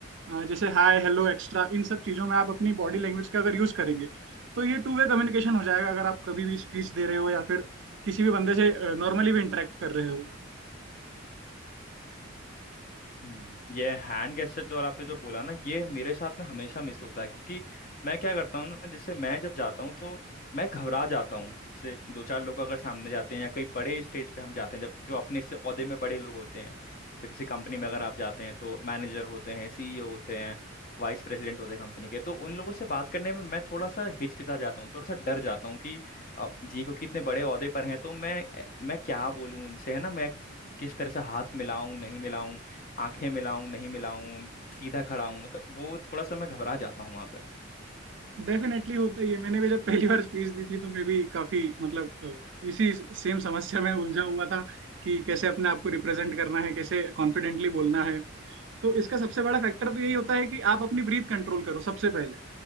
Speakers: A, on the right; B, on the left.
A: अ, जैसे हाय हेलो एक्स्ट्रा इन सब चीज़ों में आप अपनी बॉडी लैंग्वेज का अगर यूज करेंगे तो ये टू वे कम्युनिकेशन हो जाएगा अगर आप कभी भी स्पीच दे रहे हो या फिर किसी भी बंदे से नॉर्मली भी इंटरेक्ट कर रहे हो
B: हम्म ये हैंड गेस्चर जो और आपने जो बोला ना ये मेरे साथ में हमेशा मिस होता है क्योंकि मैं क्या करता हूँ ना जैसे मैं जब जाता हूँ तो मैं घबरा जाता हूँ जैसे दो चार लोग अगर सामने जाते हैं या कहीं बड़े स्टेज पे हम जाते हैं जब जो अपने से ओहदे में बड़े लोग होते हैं जैसे किसी कंपनी में अगर आप जाते हैं तो मैनेजर होते हैं सीईओ होते हैं वाइस प्रेसिडेंट होते हैं कंपनी के तो उन लोगों से बात करने में मैं थोड़ा सा हिचकिचा जाता हूँ थोड़ा सा डर जाता हूँ कि अ, जी क्योंकि इतने बड़े ओहदे पर हैं तो मैं मैं क्या बोलूँ इनसे है ना मैं किस तरह से हाथ मिलाऊं नहीं मिलाऊं आंखें मिलाऊं नहीं मिलाऊं सीधा खड़ा हूं मतलब वो थोड़ा सा मैं घबरा जाता हूँ वहां पर
A: डेफिनेटली होता ही है मैंने भी जब पहली बार स्पीच दी थी तो मैं भी काफी मतलब अ, इसी सेम समस्या में उलझा हुआ था कि कैसे अपने आप को रिप्रेजेंट करना है कैसे कॉन्फिडेंटली बोलना है तो इसका सबसे बड़ा फैक्टर तो यही होता है कि आप अपनी ब्रीथ कंट्रोल करो सबसे पहले